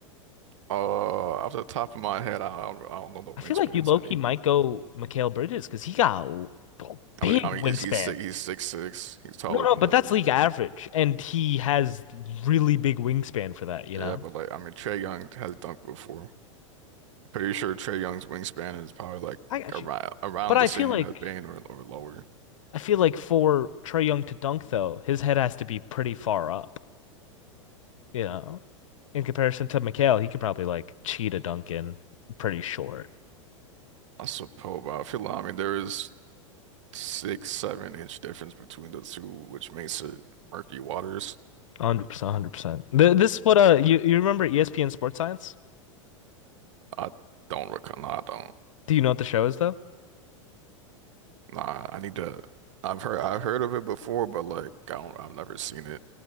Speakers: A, on the right; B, on the left.
A: Uh, off the top of my head, I don't, I don't know the wingspans
B: I feel like you low
A: of
B: key
A: anyone.
B: might go Mikal Bridges because he got a a big
A: I mean, I mean,
B: wingspan.
A: he's he's six, he's six six. He's taller
B: No, no,
A: than
B: but
A: Desmond
B: that's league
A: Bane.
B: average. And he has really big wingspan for that, you
A: Yeah,
B: know?
A: but like, I mean, Trey Young has dunked before. Pretty sure Trey Young's wingspan is probably like
B: I got
A: around
B: you.
A: around
B: But I
A: the
B: feel
A: same
B: like
A: as Bane or or lower.
B: I feel like for Trey Young to dunk though, his head has to be pretty far up, you know? In comparison to Mikal, he could probably like cheat a dunk in pretty short.
A: I suppose, I feel like, I mean there is six, seven inch difference between the two, which makes it murky waters.
B: 100%, 100%. Th- This is what uh you you remember ESPN Sports Science?
A: I don't recall. Nah, I don't.
B: Do you know what the show is though?
A: Nah, I need to. I've heard I've heard of it before, but like I don't. I've never seen it.